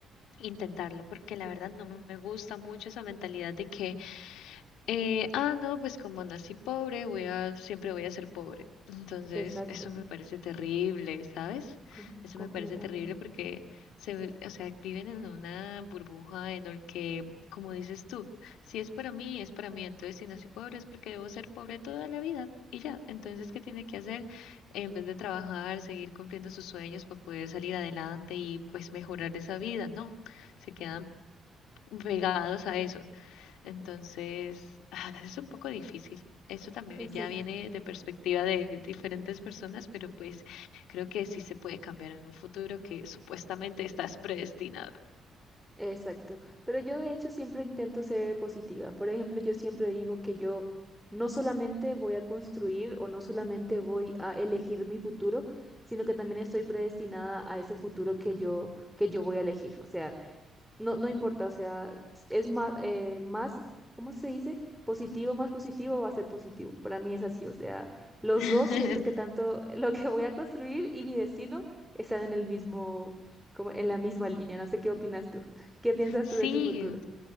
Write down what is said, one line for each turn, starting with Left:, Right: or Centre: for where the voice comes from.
Left: intentarlo, porque la verdad no me gusta mucho esa mentalidad de que eh, ah, no, pues como nací pobre, voy a, siempre voy a ser pobre. Entonces,
Centre: Exacto.
Left: eso me parece terrible, ¿sabes?
Centre: Com-
Left: Eso
Centre: completamente.
Left: me parece terrible porque se, ve- o sea, viven en una burbuja en el que, como dices tú, si es para mí, es para mí. Entonces, si nací pobre es porque debo ser pobre toda la vida y ya. Entonces, ¿qué tiene que hacer? En vez de trabajar, seguir cumpliendo sus sueños para poder salir adelante y pues mejorar esa vida, no. Se quedan pegados a eso. Entonces, <laughs> ah, es un poco difícil. Eso también
Centre: Exacto,
Left: ya viene de perspectiva de diferentes personas, pero pues creo que sí se puede cambiar en un futuro que supuestamente estás predestinado.
Centre: exacto. Pero yo de hecho siempre intento ser positiva. Por ejemplo, yo siempre digo que yo no solamente voy a construir o no solamente voy a elegir mi futuro, sino que también estoy predestinada a ese futuro que yo que yo voy a elegir. O sea, No, no importa, o sea, es más, eh, más, ¿cómo se dice? Positivo, más positivo va a ser positivo. Para mí es así, o sea, los
Left: <laughs>
Centre: dos siento que tanto <laughs> lo que voy a construir y mi destino están en el mismo, como en la misma línea. No sé qué opinas tú. <laughs> ¿Qué piensas
Left: Sí,
Centre: tú de tu futuro?